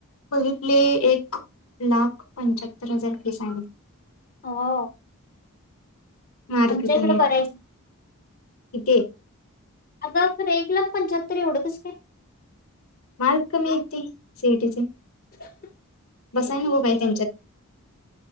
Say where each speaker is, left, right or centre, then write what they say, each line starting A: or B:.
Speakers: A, on the left (about 70°); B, on the left (about 40°).
A: बघितले एक लाख पंचाहत्तर हजार फीस आहेत.
B: हो
A: मार
B: आमच्या
A: कट.
B: इकडं बरं आहे
A: <unintelligible>
B: आता एक लाख पंच्याहत्तर एवढंचस काय?
A: मारक
B: मग
A: मीेते सेटचे
B: <unintelligible>
A: बसायला नको काय त्यांच्यात